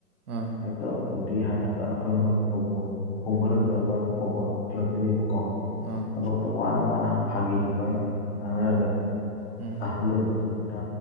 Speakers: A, on the right; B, on the left.
A: ꯑꯥ
B: ꯍꯦꯛꯇ ꯐꯧꯗ ꯍꯥꯏꯅꯔꯒ ꯑꯩꯈꯣꯏꯅ ꯐꯥꯎꯕ ꯈꯣꯡꯕꯂꯛꯛꯇꯑꯒ ꯐꯣꯕꯣꯜ ꯄꯨꯈꯠꯂꯛꯇꯣꯏꯅꯦꯕꯀꯣ
A: ꯑꯥ
B: ꯊꯕꯛꯇꯣ ꯋꯥꯅ ꯋꯥꯅ ꯐꯥꯒꯤꯁꯨꯨꯒꯥꯏ ꯉꯥꯡꯅꯔꯒꯅꯤ
A: ꯎꯝ
B: ꯑꯍꯜ ꯑꯣꯏꯕꯁꯤꯡꯗꯨꯅ